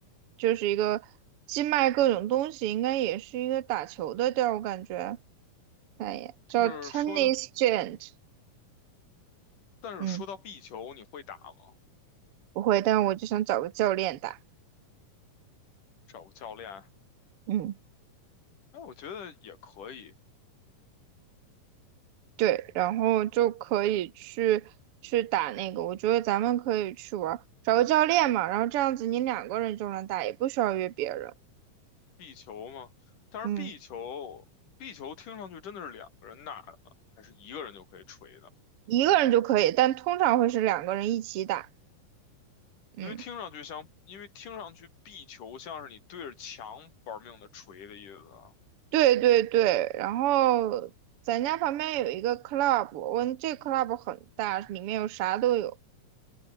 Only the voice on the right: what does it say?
就是一个既卖各种东西，应该也是一个打球的地儿，我感觉。看一眼，叫
Tennis Giant，
嗯，
不会，但是我就想找个教练打，
嗯。
对，然后就可以去去打那个，我觉得咱们可以去玩儿，找个教练嘛，然后这样子你两个人就能打，也不需要约别人，
嗯，
一个人就可以，但通常会是两个人一起打，嗯，
对对对，然后咱家旁边有一个 club，我这 club 很大，里面有啥都有，